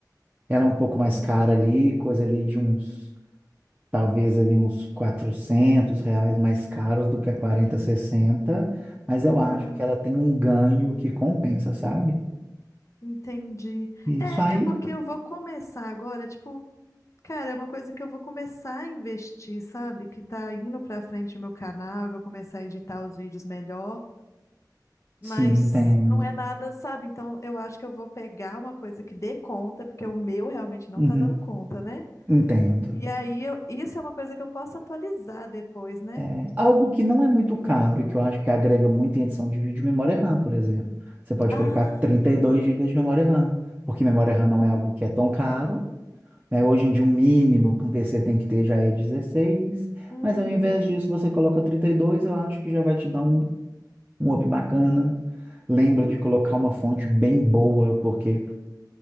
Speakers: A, on the right (about 20°); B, on the left (about 45°).
A: Ela é um pouco mais
B: 4066.
A: cara ali, coisa ali de uns talvez ali uns 400 reais mais caros do
B: Entendi.
A: que a quarenta sessenta, mas
B: Uhum.
A: eu acho que ela tem um ganho que compensa, sabe?
B: Entendi.
A: Isso
B: É,
A: aí,
B: é porque eu vou começar agora, tipo, cara, é uma coisa que eu vou começar a investir, sabe? Que tá indo pra frente o meu canal, eu vou começar a editar os vídeos melhor, mas
A: sim, entendo.
B: não é nada, sabe? Então eu acho que eu vou pegar uma coisa que dê conta, porque o meu realmente não
A: Uhum,
B: tá dando conta, né?
A: entendo.
B: E aí, eu, isso é uma coisa que eu posso atualizar depois, né?
A: É, algo que não é muito caro e que eu acho que agrega muito em edição de vídeo, memória RAM, por exemplo. Você pode
B: Ah,
A: colocar trinta
B: não
A: e dois
B: é mais
A: gigas de memória RAM, porque memória
B: 39.
A: RAM não é algo que é tão caro. né? hoje em dia, o mínimo que um PC tem que ter já é 16,
B: Uhum,
A: mas ao invés disso, você coloca 32, eu acho que já vai te dar um um hobby bacana. Lembra
B: uhum,
A: de colocar uma fonte bem boa, porque